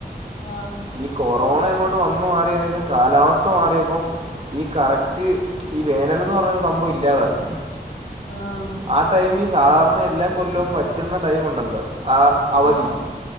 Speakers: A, on the left (about 80°); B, on the right (about 40°).
A: ആഹ്
B: ഈ കൊറോണ അങ്ങോട്ട് വന്ന് മാറിയതിനേഷം കാലാവസ്ഥ മാറിയപ്പൊ ഈ കറക്റ്റ് ഈ വേനലെന്ന് പറഞ്ഞൊരു സംഭവം ഇല്ലാതായി
A: ആഹ്
B: ആഹ് ടൈമി സാധാരണ എല്ലാ കൊല്ലോം വറ്റ്ന്ന ടൈമുണ്ടല്ലൊ ആഹ് അവധി
A: ആഹ്